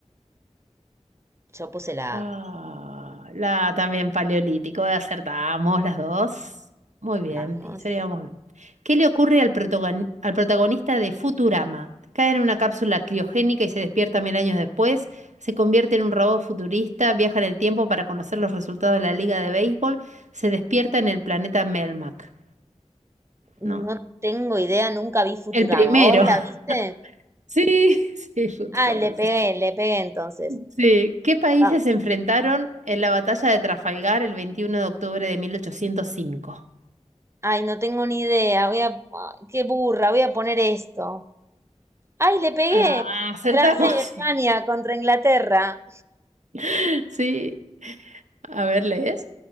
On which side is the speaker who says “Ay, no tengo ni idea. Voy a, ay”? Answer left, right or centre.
Right